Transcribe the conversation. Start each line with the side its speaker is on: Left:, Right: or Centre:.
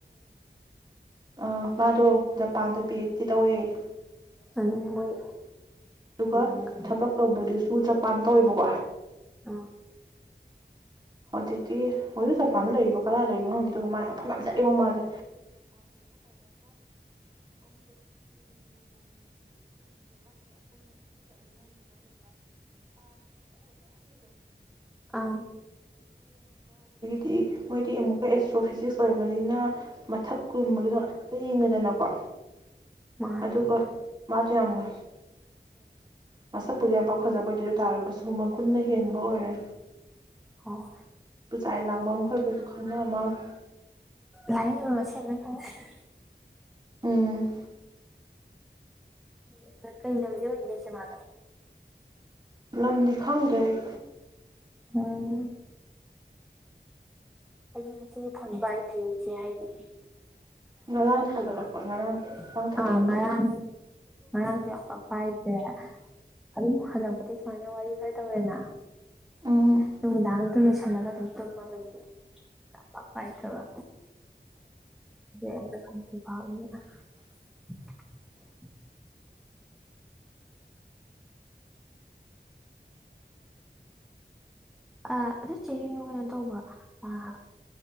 Right: ꯑꯨꯝ ꯃꯥꯗꯣ ꯖꯄꯥꯟꯗ ꯄꯤ꯬ꯍꯩꯁ꯬ꯗꯤ ꯇꯧꯋꯦꯌꯦ
Centre: ꯑꯗꯨꯅ ꯃꯣꯏ
Right: ꯑꯗꯨꯒ
Centre: ꯍꯩꯔꯝꯒꯅꯤ
Right: ꯊꯕꯛ ꯇꯧꯔꯗꯨꯁꯨ <unintelligible> ꯖꯥꯄꯥꯟ ꯇꯧꯋꯦꯕꯀꯣ
Centre: ꯑꯥ
Right: ꯍꯧꯖꯤꯛꯇꯤ ꯍꯧꯖꯤꯛ ꯖꯥꯄꯥꯟꯗ ꯂꯩꯔꯤꯕꯣ ꯀꯗꯥꯢ ꯂꯩꯕꯅꯣ ꯈꯪꯗꯦ꯫ ꯑꯗꯨꯒ ꯃꯥꯖ ꯃꯐꯝ ꯌꯥꯝ ꯆꯠꯂꯤꯉꯣ ꯃꯥꯁꯦ꯫
Centre: ꯑꯪ
Right: ꯗꯤ ꯃꯣꯢꯗꯤ ꯑꯃꯨꯛꯀꯥ ꯑꯦꯁꯇ꯭ꯔꯣ ꯐꯤꯖꯤꯛꯁ ꯑꯣꯢꯕꯅꯤꯅ ꯃꯊꯛ ꯀꯨꯝꯗꯨꯗ ꯍꯦꯛꯇ ꯌꯦꯡꯗꯅꯀꯣ
Centre: ꯃꯥꯅꯦ
Right: ꯑꯗꯨꯒ ꯃꯥꯗꯨ ꯌꯥꯝꯅ꯬꯬꯬ ꯃꯁꯛꯄꯨꯗꯤ ꯌꯥꯝꯄꯥꯛ ꯐꯖꯕ ꯑꯣꯢꯗꯦ꯫ ꯑꯗꯨꯑꯣꯢ ꯇꯥꯔꯒꯁꯨ ꯃꯒꯨꯟꯅ ꯍꯦꯟꯕ ꯑꯣꯢꯔꯦ
Centre: ꯍꯣꯢ
Right: ꯄꯨꯖꯥ ꯑꯦꯂꯥꯡꯕꯝ ꯍꯣꯢꯒꯁꯨ ꯈꯪꯅ ꯃꯥꯜꯂꯦ
Centre: ꯂꯥꯢꯔꯤꯛ ꯍꯩꯕ ꯃꯁꯦꯟꯅꯤꯅ ꯈꯪꯅ <unintelligible>
Right: ꯎꯝ
Centre: <unintelligible> ꯀꯩ ꯂꯝꯗꯩ ꯑꯣꯢꯒꯦ ꯆꯦ ꯃꯥꯗꯣ
Right: ꯂꯝꯗꯤ ꯈꯪꯗꯦ ꯑꯩ꯫
Centre: ꯎꯝꯝ ꯑꯩꯗꯤ ꯉꯁꯤꯒꯤ ꯐꯣꯟ ꯄꯥꯢꯗ꯭ꯔꯤꯌꯦ ꯆꯦ ꯍꯥꯢꯗꯤ
Right: ꯉꯔꯥꯡ ꯊꯥꯒꯠꯂꯛꯄ
Centre: <unintelligible>
Right: ꯉꯔꯥꯡ ꯉꯔꯥꯡ ꯊꯥꯒꯠꯂꯛꯄ
Centre: ꯑꯥ ꯉꯔꯥꯡꯁꯨ, ꯉꯔꯥꯡꯁꯨ ꯌꯥꯝꯄꯥꯛ ꯄꯥꯢꯗ꯭ꯔꯦ ꯑꯗꯨꯝ ꯍꯜꯂꯛꯄꯗꯩ ꯁꯨꯃꯥꯏꯅ ꯋꯥꯔꯤ ꯈꯔ ꯇꯧꯔꯦꯅ
Right: ꯎꯝ
Centre: ꯅꯨꯃꯤꯗꯥꯡꯗꯨꯗ ꯃꯦꯁꯦꯖ ꯍꯜꯂꯒ ꯑꯗꯨꯝ ꯇꯨꯝꯃꯕꯩꯅꯦ꯫ ꯄꯥꯛ-ꯄꯥꯛ ꯄꯥꯢꯗꯕ <unintelligible> ꯑꯥ ꯑꯗꯨ ꯆꯦ ꯀꯩꯅꯣ, ꯀꯩꯅꯣ ꯇꯧꯕ꯭ꯔꯣ ꯑꯥ